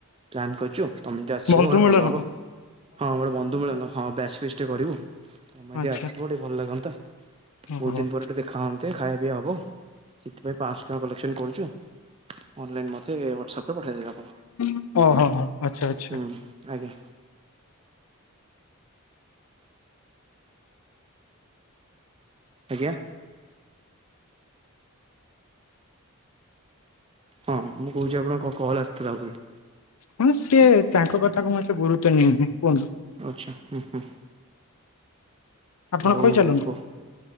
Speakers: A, on the right; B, on the left.
A: ପ୍ଲାନ କରିୁଛୁ ତମେ ଯଦି ଆସିିବ
B: ବନ୍ଧୁ
A: ଗୋଟେ
B: ମିଳନ
A: ଭଲ ହବ ହଁ ମୋର ବନ୍ଧୁ ମିଳନ ହଁ ବ୍ୟାଚ ଫିଟ ଟିକେ କରିବୁ ତମେଯଦି
B: ଆଚ୍ଛା
A: ଆସିବ ଟିକେ ଭଲ ଲାଗନ୍ତା
B: ଓହୋ
A: ବହୁତ ଦିନ ପରେେ ଦେଖା ହୁନ୍ତେ ଖାଇବା ପିଇବା ହବ ସେଥିପାଇଁ ପାଅଂଶ ଟଙ୍କା କଲେକ୍ସନ କରୁଛୁ ଅନଲାଇନ ମତେ ୱାଟସପରେ ପଠେଇଦେବେ ଆପଣ
B: ହୋ। ଆଚ୍ଛା ଆଚ୍ଛା
A: ହୁଁ ଆଜ୍ଞା ଆଜ୍ଞା ହଁ ମୁଁ କହୁଛି ଆପଣଙ୍କ କଲ ଆସିଥିଲା ବୋଲି
B: ହଁ ସିଏ ତାଙ୍କ କଥା କୁ ଏତେ ଗୁରୁତ୍ୱ ନିଏନି କୁହନ୍ତୁ
A: ଆଚ୍ଛା ହୁଁ ହୁଁ
B: ଆପଣ
A: ଆଉ
B: କହି ଚାଲନ୍ତୁ
A: କୁହ